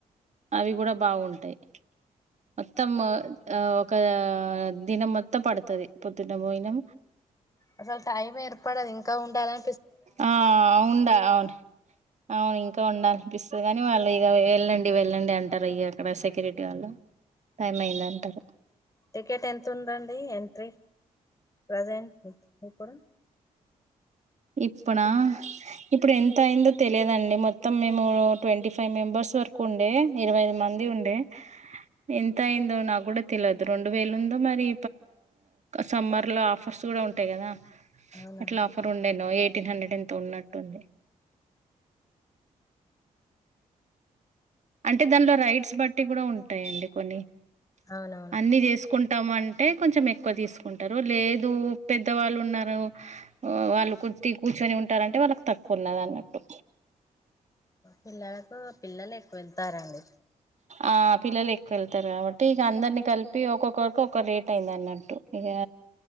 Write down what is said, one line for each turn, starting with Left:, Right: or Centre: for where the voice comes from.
Right: అవి కూడా బాగుంటాయ్ మొత్తం ఆ ఒక దినం మొత్తం పడుతది పొద్దున పోయినం
Left: అసలు టైం ఏర్పడదు ఇంకా ఉండాలం
Right: ఆ ఉండాల అవును అవును ఇంకా ఉండాల అనిపిస్తది గాని వాళ్ళు ఇగ వెళ్ళండి వెళ్ళండి అంటారు ఇగ అక్కడ సెక్యూరిటీ వాళ్ళు టైం అయింది అంటారు
Left: టికెట్ ఎంత ఉందండి ఎంట్రీ ప్రజెంట్ ఇప్పుడు
Right: ఇప్పునా ఇప్పుడు ఎంత అయిందో తెలిదండి మొత్తం మేము ట్వంటీ ఫైవ్ మెంబర్స్ వరకు ఉండే ఇరవై ఐదు మంది ఉండే ఎంత అయిందో నాకు కూడా తెలిదు రెండు వేలు ఉందో పా మరి సమ్మర్ లో ఆఫర్స్ చూడ ఉంటాయి కదా
Left: అవునండి
Right: అట్లా ఆఫర్ ఉండేనో ఎయిటీన్ హండ్రెడ్ ఎంత ఉన్నట్టుంది అంటే దానిలో రైట్స్ బట్టి కూడా ఉంటాయండి కొన్ని
Left: అవునవును
Right: అన్ని చేసుకుం టం అంటే కొంచెం ఎక్కువ తీసుకుంటారు లేదు పెద్దవాళ్ళు ఉన్నారు వాళ్ళు టి కూర్చొని ఉంటారంటే వాళ్ళకి తక్కువ ఉన్నది అన్నట్టు
Left: పిల్లలకు పిల్లలు ఎక్కువ వెళ్తారండి
Right: ఆ! పిల్లలు ఎక్కువ వెళ్తారు కాబట్టి ఇగ అందరిని కలిపి ఒక్కొక్కరికి ఒక రేట్ అయింది అన్నట్టు ఇగ